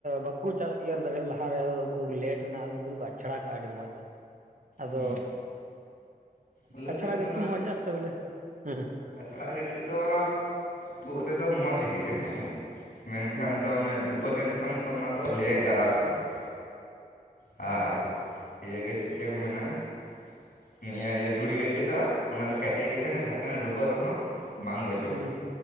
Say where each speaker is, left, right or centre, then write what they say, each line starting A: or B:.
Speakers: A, on the right; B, on the left.
A: ᱵᱟᱠᱚ ᱨᱮ ᱫᱟᱲᱮ ᱞᱟᱦᱟ ᱨᱮᱫᱚ ᱩᱱᱠᱩ ᱫᱚ ᱞᱮᱴ ᱨᱮᱱᱟ ᱟᱫᱚ ᱩᱱᱠᱩ ᱫᱚᱠᱚ ᱟᱪᱷᱲᱟ ᱠᱟᱜᱼᱟ ᱟᱹᱰᱤ ᱢᱚᱸᱡᱽ ᱢᱚᱡᱽ ᱟᱫᱚ
B: ᱦᱮᱸ ᱟᱞᱮ
A: ᱟᱪᱷᱟᱲᱟ
B: ᱥᱮᱫ ᱫᱚ
A: ᱜᱟᱹᱪᱷᱤ ᱢᱚᱸᱡᱼᱟ ᱥᱮ ᱵᱚᱞᱮ ᱦᱩᱸ
B: ᱪᱟᱞᱟᱜ ᱜᱟᱹᱪᱷᱤ ᱫᱚ ᱛᱩᱫ ᱨᱮᱫᱚ ᱢᱚᱡᱽ ᱜᱮᱭᱟ ᱦᱩᱸ ᱢᱮᱱᱠᱷᱟᱱ
A: ᱦᱮᱸ
B: ᱫᱚ ᱚᱱᱮ ᱰᱩᱵᱟᱹ ᱞᱮᱱᱠᱷᱟᱱ ᱚᱱᱟ ᱫᱚ ᱞᱮᱹᱭ ᱜᱟᱨᱟ ᱪᱚᱢᱟ ᱟᱨ ᱯᱤᱭᱟ ᱜᱮ ᱴᱷᱤᱠ ᱴᱷᱟᱠ ᱢᱮᱱᱟᱜᱼᱟ᱾ ᱱᱤᱭᱟᱹ ᱤᱭᱟᱹ ᱫᱷᱩᱲᱤ ᱜᱟᱹᱪᱷᱤ ᱫᱚ ᱚᱱᱟ ᱫᱚ ᱠᱮᱴᱮᱡ ᱜᱮᱛᱮ ᱚᱱᱟ ᱡᱷᱚᱛᱚ ᱱᱟᱜ ᱰᱩᱵᱟᱹᱜ ᱨᱮᱦᱚᱸ ᱵᱟᱝ ᱜᱚᱡᱚᱜᱼᱟ
A: ᱦᱮᱸ